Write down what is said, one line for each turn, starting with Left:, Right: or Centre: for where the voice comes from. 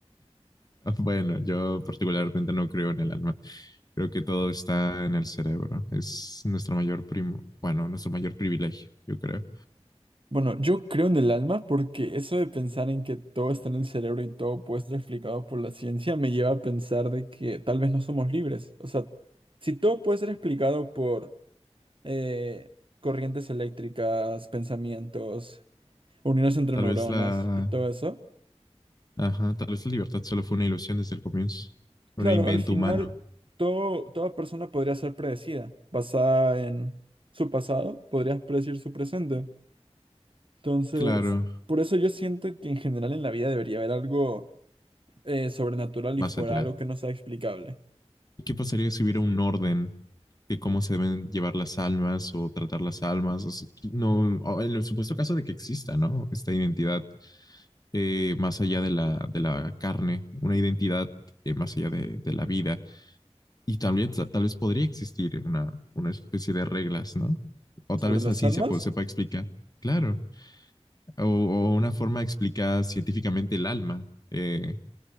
Left: Ah, Bueno, yo particularmente no creo en el alma. Creo que todo está en el cerebro. Es nuestro mayor primo, bueno, nuestro mayor privilegio, yo creo.
Right: Bueno, yo creo en el alma porque eso de pensar en que todo está en el cerebro y todo puede estar explicado por la ciencia me lleva a pensar de que tal vez no somos libres. O sea, si todo puede ser explicado por eh, corrientes eléctricas, pensamientos, uniones entre
Left: Tal
Right: neuronas
Left: vez la,
Right: y todo eso,
Left: ajá, tal vez la libertad solo fue una ilusión desde el comienzo,
Right: claro,
Left: un invento
Right: al final
Left: humano.
Right: todo, toda persona podría ser predecida, basada en su pasado, podrías predecir su presente. Entonces,
Left: Claro,
Right: por eso yo siento que en general en la vida debería haber algo eh, sobrenatural
Left: más
Right: y fuera
Left: allá.
Right: algo que no sea explicable.
Left: ¿Qué pasaría si hubiera un orden de cómo se deben llevar las almas o tratar las almas? O sea, qui- no, o en el supuesto caso de que exista, ¿no? Esta identidad eh, más allá de la, de la carne, una identidad eh, más allá de, de la vida. Y tal vez, tal vez podría existir una, una especie de reglas, ¿no? O
Right: Sobre
Left: tal vez
Right: las
Left: la ciencia
Right: almas,
Left: pues, sepa explicar, claro. O, o una forma explicada científicamente el alma. Eh, o